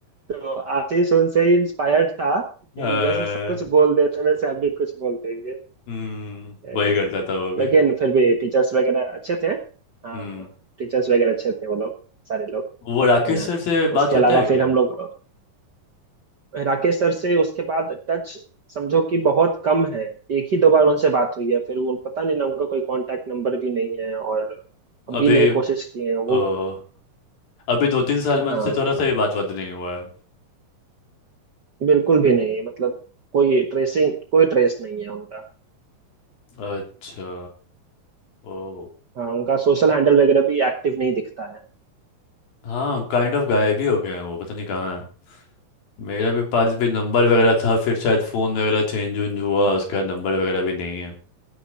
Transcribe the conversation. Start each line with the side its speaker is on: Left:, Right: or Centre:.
Right: तो आशीष सुन से ही इंस्पायर्ड था कि
Left: अ,
Right: जैसे सब कुछ बोल देते हैं वैसे हम भी कुछ बोल देंगे
Left: हम्म
Right: है
Left: वही
Right: ना।
Left: करता था वो भी
Right: लेकिन फिर भी टीचर्स वगैरह अच्छे थे हाँ
Left: हम्म
Right: टीचर्स वगैरह अच्छे थे वो लोग सारे लोग
Left: वो राकेश
Right: है ना
Left: सर से बात
Right: उसके
Left: होता
Right: अलावा
Left: है क्या
Right: फिर हम लोग अ, राकेश सर से उसके बाद टच समझो कि बहुत कम है एक ही दो बार उनसे बात हुई है फिर वो पता नहीं ना उनका कोई कांटेक्ट नंबर भी नहीं है और हम भी
Left: अभी
Right: नहीं कोशिश किए
Left: अ,
Right: हैं वो
Left: अभी दो तीन साल में
Right: हाँ
Left: उनसे थोड़ा सा भी बात बात नहीं हुआ है
Right: बिल्कुल भी नहीं मतलब कोई ट्रेसिंग कोई ट्रेस नहीं है उनका
Left: अच्छा ओ
Right: हाँ उनका सोशल हैंडल वगैरह भी एक्टिव नहीं दिखता है
Left: हाँ काइंड ऑफ गायब ही हो गए हैं वो पता नहीं कहाँ मेरा भी पास भी नंबर वगैरह था फिर शायद फ़ोन वगैरह चेंज उंज हुआ उसका नंबर वगैरह भी नहीं है